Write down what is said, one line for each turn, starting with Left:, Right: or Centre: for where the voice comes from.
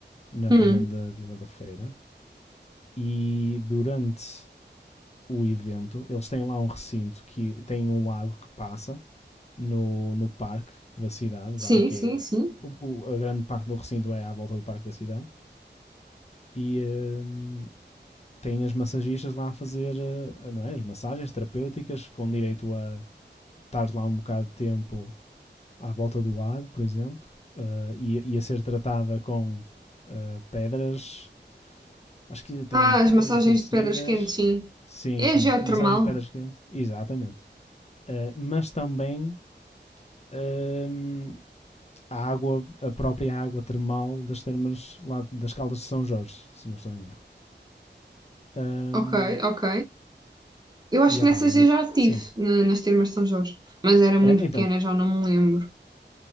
Left: na
Right: Hum.
Left: região da Vila da Feira. E durante o evento, eles têm lá um recinto que tem um lago que passa no, no parque da cidade,
Right: Sim,
Left: vá, que
Right: sim,
Left: é
Right: sim.
Left: o- o- a grande parte do recinto é à volta do parque da cidade e hum, tem as massagistas lá a fazer eh, não é, as massagens terapêuticas com direito a estar lá um bocado de tempo à volta do lago, por exemplo, eh, e, e a ser tratada com eh, pedras, acho que tem
Right: Ah,
Left: pedras
Right: as massagens
Left: aquecidas,
Right: de pedras quentes, sim.
Left: sim,
Right: É
Left: sim,
Right: geotermal.
Left: massagens de pedras quentes, exatamente, Eh, mas também hum, a água, a própria água termal das termas lá das Caldas de São Jorge, se não estou em erro. Ahm,
Right: Ok, ok. Eu acho
Left: e
Right: que
Left: opá,
Right: nessas
Left: eu.
Right: eu já tive,
Left: Sim.
Right: na- nas termas de São Jorge. Mas era muito
Left: Ah, então,
Right: pequena, já não me lembro.